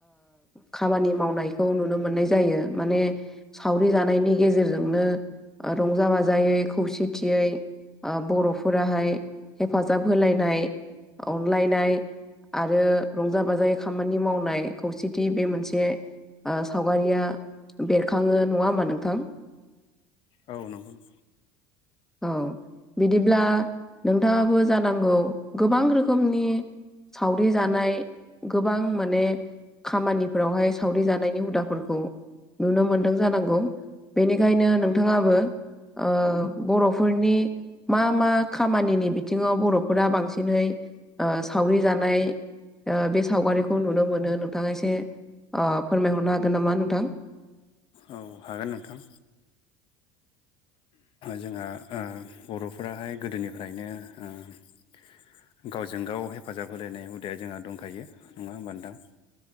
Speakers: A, in the centre; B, on the left.
A: खामानि मावनायखौ नुनो मोननाय जायो माने सावरि जानायनि गेजेरजोंनो ओ रंजा बाजायै खौसेथियै ओ बर'फोराहाय हेफाजाब होलायनाय अनलायनाय आरो रंजा बाजायै खामानि मावनाय खौसेथि बे मोनसे ओ सावगारिया बेरखाङो नङा होमबा नोंथां?
B: औ नंगौ नंगौ
A: औ बिदिब्ला नोंथाङाबो जानांगौ गोबां रोख खोमनि सावरि जानाय गोबां माने खामानिफोरावहाय सावरि जानायनि हुदाफोरखौ नुनो मोनदों जानांगौ बेनिखायनो नोंथाङाबो ओ बर'फोरनि मा मा खामानिनि बिथिङाव बर'फोरा बांसिनै ओ सावरि जानाय ओ बे सावगारिखौ नुनो मोनो नोंथाङा एसे ओ फोरमायहरनो हागोन नामा नोंथां
B: औ हागोन नोंथां
A: <inaudible>
B: जोंहा ओ बर'फोराहाय गोदोनिफ्रायनो ओ गावजों गाव हेफाजाब होलायनाय हुदाया जोंहा दंखायो नङा होमबा नोंथां?